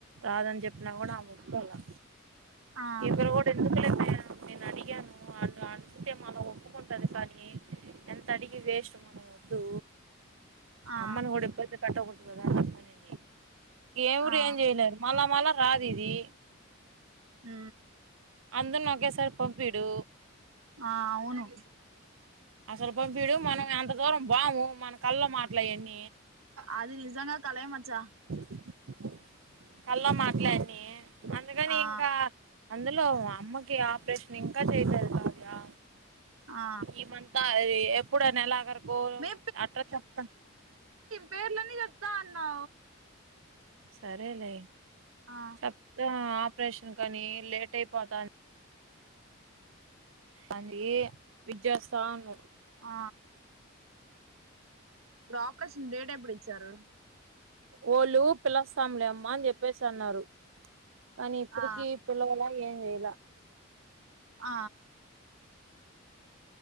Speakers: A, on the right; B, on the right.
A: రాదని చెప్పిన కూడా ఆ ముక్క అలా
B: ఆ
A: ఇవ కూడా కూడా ఎందుకులేమే నేను అడిగాను అ మనం ఒప్పుకుంటాను కానీ ఎంత అడికి వేస్ మన వద్దు
B: ఆ
A: అమ్మను హడపోయితే కట్ట దదా చెప్పంది ఎవరు
B: ఆ
A: ఏం చేయలేరు మళ్ మన రా దీదీ
B: హ
A: అందుని ఒకేసారి పంపిడు
B: ఆ అవును
A: అసలు పంపిడు మనం ఎంత దూరం బాము మన కళ్ళ మాట్లాయన్న
B: అది నిజంగా కల మ చ్చ
A: <inaudible> కళ్ళ మాట్లాన్ని అందుకని
B: ఆ
A: ఇంకా అందులో అమ్మకి ఆపరేషన్ ఇంకా చేయగరుగుతవ్యా
B: ఆ
A: ఈమంతా ఎప్పుడు అన్న ఎలాగ ఓ
B: మే
A: అఠరా చ
B: పేర్లోని జగత అన్నా
A: సరేలే
B: ఆ
A: సత్త ఆపరేషన్ కానీ లేట్ అయిపోతాను అందుకే విద్యస్తథాను
B: ఆ ఇప్పు ఆపరేషన్ రడేట పడిచ్చారు
A: ఓళ్ళు పిలస్తాంలేమ్మ అని చెప్పేసి అన్నారు కానీ ఇప్పుడుకి
B: ఆ
A: పిల్లలా ఏం చేయలా
B: ఆ